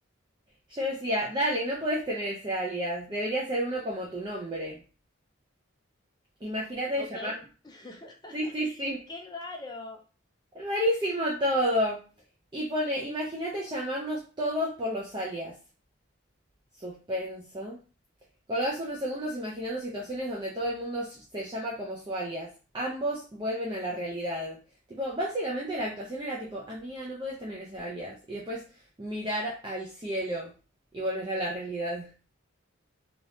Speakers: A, on the right (about 20°); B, on the left (about 20°).
A: Yo decía, dale, no podés tener ese alias, debería ser uno como tu nombre. Imagínate
B: ok.
A: de llamar...
B: <laughs>
A: Sí, sí, sí.
B: ¡Qué raro!
A: Rarísimo todo. Y pone, imagínate llamarnos todos por los alias. Suspenso. Colgás unos segundos imaginando situaciones donde todo el mundo se llama como su alias. Ambos vuelven a la realidad. Tipo, básicamente la actuación era tipo, amiga, no puedes tener ese alias. Y después mirar al cielo y volver a la realidad.